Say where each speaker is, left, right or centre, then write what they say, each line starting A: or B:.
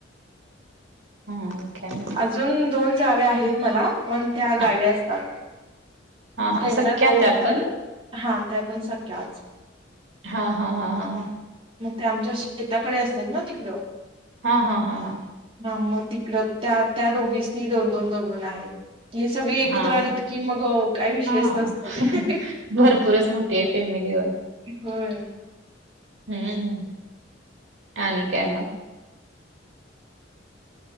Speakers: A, on the right (about 75°); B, on the right (about 30°).
A: हां आणि काय म
B: अजून दोन जावे आहेत मला पण त्या गावी
A: हां,
B: असतात
A: हां, हां.
B: त्यांना
A: सख्या
B: दोन
A: आहात आपण?
B: पोर हां त्या पण सख्याच
A: हां, हां, हां, हां, हां
B: मग त्या आमच्या शेताकडे असतात ना तिकडं
A: हां, हां, हां, हां
B: हां म तिकडं त्या, त्या दोघीसनी दोन, दोन, दोन, दोन आहेत ही सगळी एकत्र
A: हां,
B: आलीत की मग काय विषयच
A: हां.
B: नसतय
A: भरपूरच मोठी आहे फॅमिली अ
B: होय
A: हम्म ह आणि काय मग